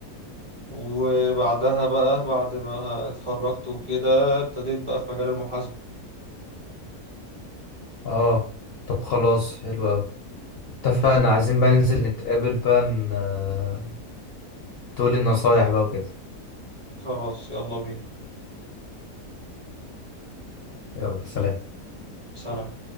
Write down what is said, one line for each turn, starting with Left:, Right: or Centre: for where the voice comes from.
Right: وبعدها بقى بعد ما اتخرجت وكده ابتديت بقى في مجال المحاسبة
Left: اه طب خلاص حلو قوي اتفقنا عايزين بقى ننزل نتقابل بقى ن- آه، تقولي النصايح بقى وكده
Right: خلاص يلا بينا
Left: يلا سلام
Right: سنة